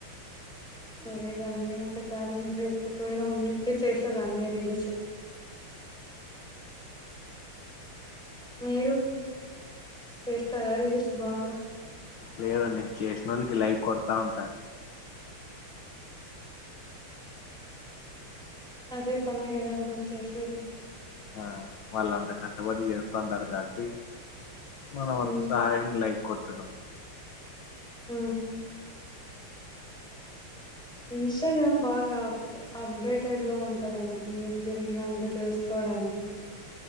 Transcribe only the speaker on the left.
లేదండి చేసినోళ్ళకి లైక్ కొడతా ఉంటాను.
ఆ వాళ్ళంత కష్టపడి చేస్తంటారు కాబట్టి మన వంతు
సహాయం లైక్ కొట్టడం.